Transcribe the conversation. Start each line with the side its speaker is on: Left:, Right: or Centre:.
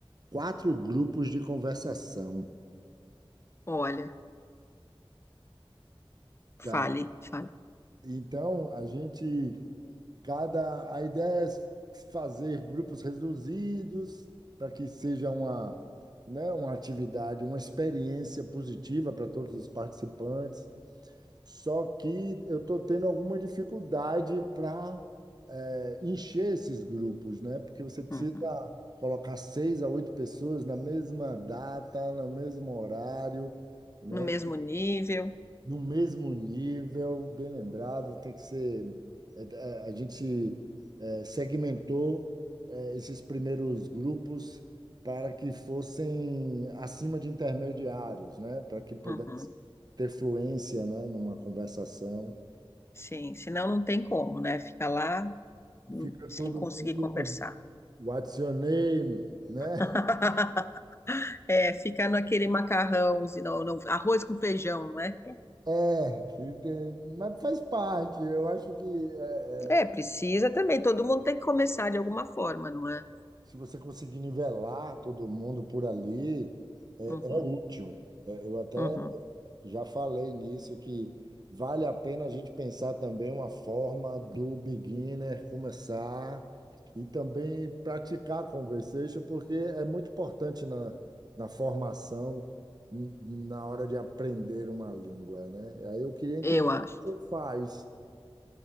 Right: quatro grupos de conversação,
Left: Olha, fale,
Right: tá?
Left: fale.
Right: Então, a gente, cada, a ideia é fazer grupos reduzidos para que seja uma, né, uma atividade, uma experiência positiva para todos os participantes. Só que eu estou tendo alguma dificuldade para encher esses grupos, né? Porque você precisa
Left: Uhum.
Right: colocar seis a oito pessoas na mesma data, no mesmo horário, né?
Left: No mesmo nível.
Right: No mesmo nível, bem lembrado, tem que ser. é, é, A gente é, segmentou é, esses primeiros grupos para que fossem acima de intermediários, né? Para que pudesse
Left: Uhum.
Right: ter fluência, né? Numa conversação.
Left: Sim, senão não tem como, né? Fica lá hum,
Right: Fica
Left: sem
Right: todo
Left: conseguir
Right: mundo,
Left: conversar.
Right: what's your name, né?
Left: <laughs> É, ficar naquele macarrão, senão, não, arroz com feijão, não é?
Right: É, ente- mas faz parte. Eu acho que é,
Left: É,
Right: é,
Left: precisa também. Todo mundo tem que começar de alguma forma, não é?
Right: se você conseguir nivelar todo mundo por ali, é,
Left: Uhum,
Right: é útil. É, eu até
Left: uhum.
Right: Já falei nisso que vale a pena a gente pensar também uma forma do beginner começar e também praticar conversation, porque é muito importante na, na formação, n- na hora de aprender uma língua, né? Aí eu queria entender
Left: Eu acho.
Right: como faz.